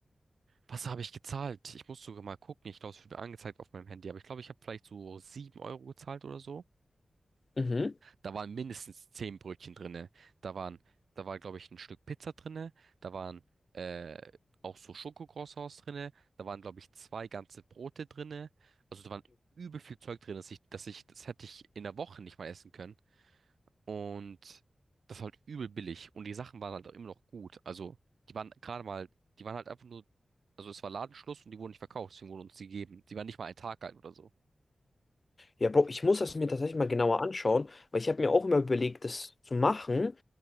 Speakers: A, on the right; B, on the left.
A: Was habe ich gezahlt? Ich muss sogar mal gucken. Ich glaube, es wird mir angezeigt auf meinem Handy, aber ich glaube, ich habe vielleicht so 7 Euro gezahlt oder so.
B: mhm.
A: Da waren mindestens zehn Brötchen drinne. Da waren, da war, glaube ich, ein Stück Pizza drinne. Da waren äh, auch so Schokocroissants drinne. Da waren, glaube ich, zwei ganze Brote drinne. Also da waren übel viel Zeug drin, dass ich, dass ich, das hätte ich in der Woche nicht mal essen können. Und das war halt übel billig. Und die Sachen waren halt auch immer noch gut. Also die waren gerade mal, die waren halt einfach nur, also es war Ladenschluss und die wurden nicht verkauft, deswegen wurden uns die gegeben. Die waren nicht mal ein Tag alt oder so.
B: Ja, Bro, ich muss das mir tatsächlich mal genauer anschauen, weil ich habe mir auch immer überlegt, das zu machen,